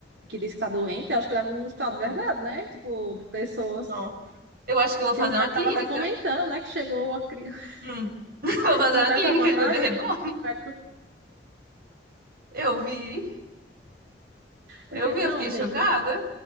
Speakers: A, on the right; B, on the right.
A: que diz que tá doente, eu acho que leva um hospital
B: Uhum.
A: de verdade, né? Tipo, de pessoas
B: Não. Eu acho que eu vou
A: Que
B: fazer
A: o Zé
B: uma
A: tava
B: clínica.
A: até comentando, né? Que chegou a criança.
B: Hum. <laughs> Vou
A: <laughs>
B: fazer
A: Não
B: uma
A: fez
B: clínica
A: a reportagem.
B: de bebê reborn.
A: né, o médico-
B: Eu vi.
A: Eu
B: Eu
A: fiquei,
B: vi, eu
A: não,
B: fiquei
A: gente.
B: chocada.